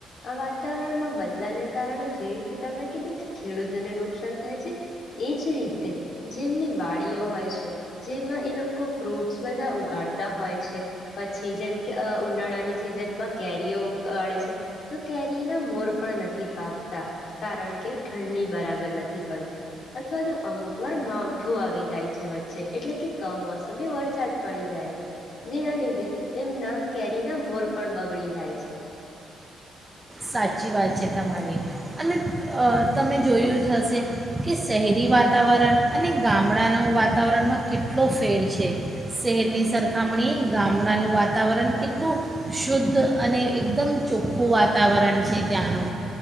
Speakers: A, on the left; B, on the right.
A: આ વાતાવરણમાં બદલાને કારણે જે રીતે તમે કીધું ખેડૂતોને નુકસાન થાય જે એ જ રીતે જેમની વાડીઓ હોય છે જેમાં એ લોકો ફ્રૂટ્સ બધા ઉગાડતા હોય છે પછી જેમ કે ઉનાળાની સિઝનમાં કેરીઓ ઉગાડે છે તો કેરીના મોર પણ નથી પાકતા કારણ કે ઠંડી બરાબર નથી પડતી અથવા તો અમુક વાર માવઠું આવી જાય છે વચ્ચે એટલે કે કમોસમી વરસાદ પડી જાય છે જેના લીધે એમના કેરીના મોર પણ બગડી જાય જાય છે
B: સાચી વાત છે તમારી અને તમે જોયું જ હશે કે શહેરી વાતાવરણ અને ગામડાનું વાતાવરણમાં કેટલો ફેર છે શહેરની સરખામણી ગામડાનું વાતાવરણ કેટલું શુદ્ધ અને એકદમ ચોખ્ખું વાત વાતાવરણ છે ત્યાં નો